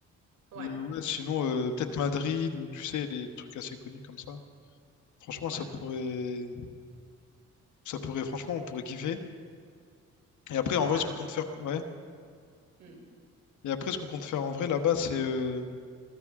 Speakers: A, on the right; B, on the left.
A: ouais,
B: Mais euh, ouais, sinon, euh, peut-être Madrid ou tu sais, les trucs assez connus comme ça. Franchement,
A: ouais,
B: ça pourrait, ça pourrait, franchement, on pourrait kiffer. Et après, en
A: Ouais,
B: vrai, ce
A: ah,
B: qu'on compte faire, ouais.
A: franchement. Mm.
B: Et après, ce qu'on compte faire en vrai là-bas, c'est euh,